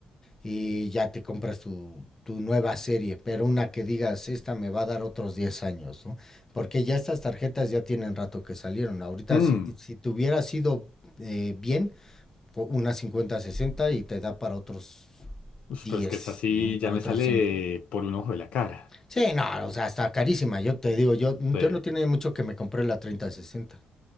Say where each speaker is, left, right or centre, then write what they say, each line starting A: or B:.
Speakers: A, on the left; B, on the left.
A: y ya te compras tu, tu nueva serie, pero una que digas, esta me va a dar otros 10 años, ¿no? Porque ya estas tarjetas ya tienen rato que salieron. Ahorita,
B: Hmm.
A: si, si te hubiera sido eh, bien, po- una 50-60 y te da para otros
B: Uf,
A: diez
B: pero es que esa sí
A: ¿no? Para
B: ya me
A: otros
B: sale
A: cinco
B: por un ojo de la cara.
A: Sí, no, o sea, está carísima. Yo te digo, yo, yo
B: Sí.
A: no tiene mucho que me compré la treinta sesenta